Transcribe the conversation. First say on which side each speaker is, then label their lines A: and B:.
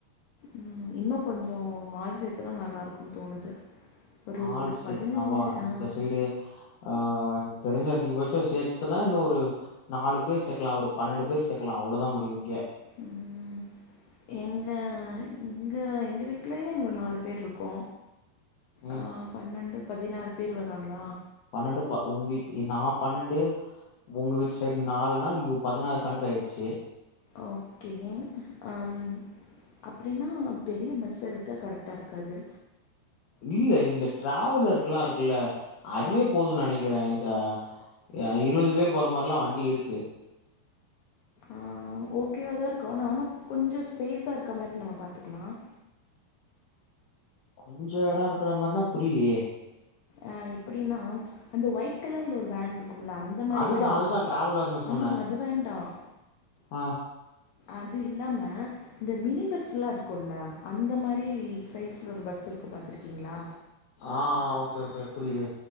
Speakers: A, on the left; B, on the left.
A: உம் இன்னு கொஞ்சசோ ஆள் சேர்த்தனா நல்லா இருக்குன்னு தோணுது ஒரு
B: ஆள்
A: ஒரு
B: சேத்தனாவா
A: பதினஞ்சு ஆ
B: இந்த சைடு ஆஹ் தெரிஞ்ச அதிகபட்ச சேத்தனா இன்னு ஒரு நாலு பேர் சேக்கலா ஒரு பன்னெண்டு பேர் சேக்கலா அவ்ளோதா முடியு இங்க
A: ம் எங்க எங்க எங்க வீட்லயேங்க ஒரு நாலு பேர் இருக்கோ
B: ம்.
A: ஆஹ் பன்னெண்டு பதினாறு பேர் வறாங்களா
B: பன்னெண்டு ப உங்க வீட் நா பன்னெண்டு உங்க வீட்டு சைடு நாலுன்னா இது பதினாறு கணக்கு ஆயிடுச்சு
A: ஓகே அம் அப்டினா பெரிய பஸ் எடுத்தா கரெக்டாகருக்காது
B: இல்ல இந்த டிராவலர்லாம் இருக்குல்ல அதுவே
A: ஆ
B: போதும் நினக்கிறேன் இந்த ஏ இருபது பேர் போற மார்லாம் வண்டி இருக்கு
A: ஆஹ் ஓகேவாதான் இருக்கோ ஆனா கொஞ்சம் ஸ்பேஸா இருக்க மாரி நம்ம பாத்துக்கலாம்
B: கொஞ்ச இடம் இருக்கிற மாரினா புரியலயே
A: அ எப்டினா அந்த ஒயிட் கலர்ல ஒரு வேன் இருக்கு அந்த மாரி
B: அதுதா
A: வேண்டாம்
B: அதுதா டிராவலர்னு சொன்னே
A: ஆ அது வேண்டாம்
B: ஆ
A: அது இல்லாம இந்த மினி பஸ்லாம் இருக்குல அந்த மாரி சைஸ்ல ஒரு பஸ் இருக்கும் பாத்துருக்கீங்களா
B: ஆஹ ஓகே ஓகே புரிது